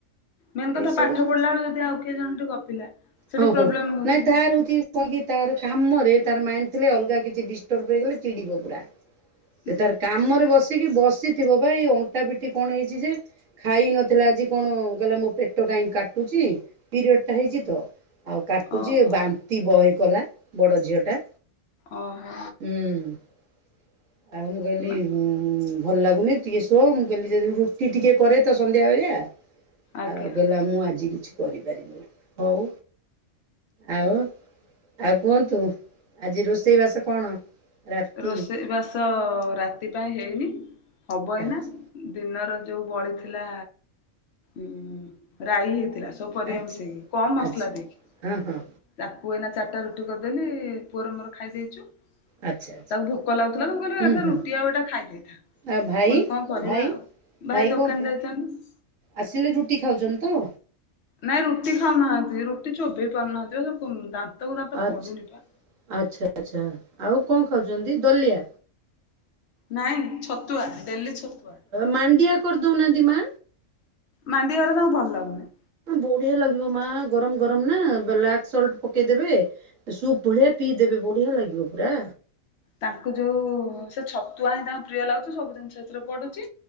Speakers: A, on the left; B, on the right.
A: ମେନ କଥା
B: ଏଇ ସବୁ
A: ପାଠ
B: ଯେ
A: ପଢିଲା ବେଳେ ସିଏ ଆଉ କିଏ ଜଣେ ଟି ଗପିଲା ସେଠି
B: ହଁ
A: ପ୍ରୋବ୍ଲେମ
B: ହଁ
A: ହଉଛି।
B: <unintelligible> ତାର କାମରେ ତାର ମାଇଣ୍ଡ ଥିଲେ ଅଲଗା କିଛି ଡିଷ୍ଟର୍ବ ହେଇଗଲେ ଚିଡ଼ିବ ପୁରା।
A: <inaudible>
B: ସେ ତାର କାମରେ ବସିକି ବସିଥିବ ବା ଏଇ ଅଣ୍ଟା ପିଟି କଣ ହେଇଛି ଯେ ଖାଇ ନଥିଲା ଆଜି କଣ କହିଲା ମୋ ପେଟ କାଇଁ କାଟୁଚି। ପିରିୟଡ଼ ଟା ହେଇଛି ତ ଆଉ କା ଟୁଚି
A: ଓହୋ
B: ବାନ୍ତି ବହେ କଲା ବଡ ଝିଅ ଟା।
A: ଅ ହ।
B: ହୁଁ ଆଉ ମୁଁ କହିଲି
A: ନା
B: ଉଁ ଭଲ ଲାଗୁନି ଟିକେ ସୋ ମୁଁ କହିଲି ଯଦି ରୁଟି ଟିକେ କରେ ତ ସନ୍ଧ୍ୟା ବେଳିଆ।
A: ଆଜ୍ଞା
B: ଆଉ କହିଲା ମୁଁ ଆଜି କିଛି କରି ପାରିବିନି ହଉ। ଆଉ ଆଉ କୁହନ୍ତୁ ଆଜି ରୋଷେଇ ବାସ କଣ। ରାତି
A: ରୋଷେଇ ବାସ ରାତି ପାଇଁ ହେଇନି ହବ ଏଇନା।
B: ଆଚ୍ଛା
A: ଦିନର ଯୋଉ ବଳିଥିଲା ଉଁ ରାଇ ହେଇଥିଲା। ସବୁ ପରିବା
B: ଆଚ୍ଛା
A: ମିଶେଇକି କମ୍ ମସଲା
B: ଆଚ୍ଛା
A: ଦେଇକି।
B: ହଁ ହଁ
A: ତାକୁୁ ଏଇନା ଚାରିଟା ରୁଟି କରିଦେଲି ପୁଅର ମୋର ଖାଇ ଦେଇଛୁ।
B: ଆଚ୍ଛା ଆଚ୍ଛା
A: ତାକୁ ଭୋକ ଲାଗୁଥିଲା ତ ମୁ କହିଲି
B: ହୁଁ
A: ସେ
B: ହୁଁ
A: ରୁଟି ଆଉ ଏଟା ଖାଇ ଦେଇଥା।
B: ଆଉ ଭାଇ
A: ପୁଣି କଣ କରିବା
B: ଭାଇ
A: ଆଉ ଭାଇ ଦୋକାନ
B: କଣ ଖାଇ
A: ଯାଇଛନ୍ତି।
B: ଆସିଲେ ରୁଟି ଖାଉଛନ୍ତି ତ?
A: ନାଇଁ ରୁଟି ଖାଉନାହାନ୍ତି ରୁଟି ଚୋବେଇ ପାରୁନାହାନ୍ତି ସେ ପୋ ଦାନ୍ତ ଗୁଡ଼ା ତ
B: ଆଚ୍ଛା
A: ପଡୁନି ପା।
B: ଆଚ୍ଛା ଆଚ୍ଛା ଆଉ କଣ ଖାଉଛନ୍ତି ଦଲିଆ।
A: ନାଇଁ ଛତୁଆ ଡେଲି ଛତୁଆ।
B: ମାଣ୍ଡିଆ କର ଦଉନାହାନ୍ତି ମା।
A: ମାଣ୍ଡିଆ ଗୁରା ତାଙ୍କୁ ଭଲ ଲାଗୁନି।
B: ବଢିଆ ଲାଗିବ ମା ଗରମ ଗରମ ନା ବ୍ଲାକ୍ ସଲ୍ଟ ପକେଇ ଦେବେ। ସୁପ୍ ଭଳିଆ ପିଇ ଦେବେ ବଢିଆ ଲାଗିବ ପୁରା।
A: ତାଙ୍କୁ ଯୋଉ ସେ ଛତୁଆ ହିଁ ତାଙ୍କୁ ପ୍ରିୟ ଲାଗୁଛି ସବୁ ଜିନିଷ ସେଥିରେ ପଡୁଛି।